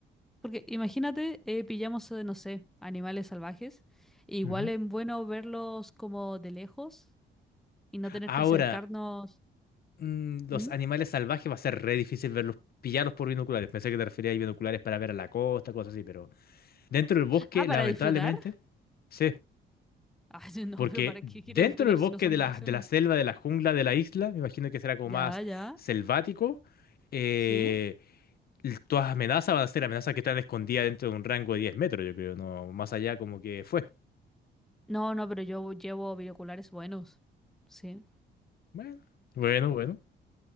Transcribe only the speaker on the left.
ujú.
Ahora,
mm, los
animales salvajes va a ser re difícil verlos, pillarlos por binoculares. Pensé que te referías a binoculares para ver a la costa, cosas así, pero dentro del bosque,
lamentablemente,
sí.
Porque
dentro
del bosque
de
la, de la selva, de la jungla, de la isla, me imagino que será como
más
selvático, eh,
l- todas las amenazas van a ser amenazas que están escondidas dentro de un rango de 10 metros, yo creo, no más allá como que fue.
Bueno, bueno, bueno.